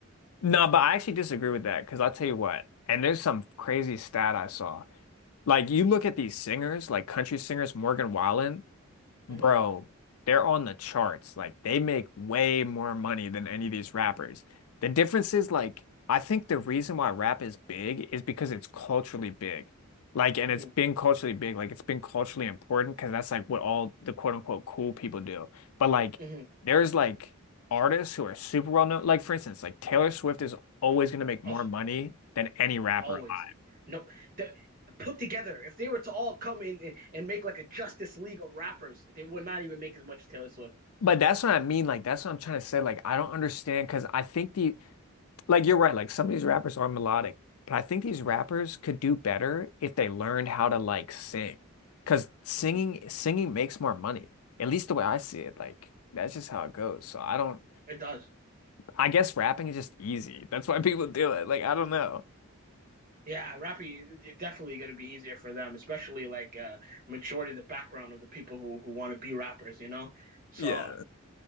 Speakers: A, on the left; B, on the right.
A: No, but I actually disagree with that because I'll tell you what, and there's some crazy stat I saw. Like you look at these singers, like country singers, Morgan Wallen, Bro,
B: hmm
A: they're on the charts. Like they make way more money than any of these rappers. The difference is like I think the reason why rap is big is because it's culturally big. Like and
B: hmm
A: it's been culturally big, like it's been culturally important because that's like what all the quote unquote cool people do. But like
B: hmm
A: there's like artists who are super well known. Like for instance, like Taylor Swift is always gonna make more
B: Oh,
A: money than any rapper.
B: Always.
A: alive.
B: Nope. The, put together, if they were to all come in and- make like a Justice League of rappers, they would not even make as much as Taylor Swift.
A: But that's what I mean. Like, that's what I'm trying to say. Like, I don't understand because I think the Like you're right, like some of these rappers are melodic, but I think these rappers could do better if they learned how to like sing, because singing
B: Mhm.
A: singing makes more money. At least the way I see it, like that's just how it goes. So I don't
B: It does.
A: I guess rapping is just easy. That's why <laughs> people do it. Like I don't know.
B: Yeah, rapping is definitely going to be easier for them, especially like uh majority of the background of the people who who want to be rappers, you know? So,
A: Yeah.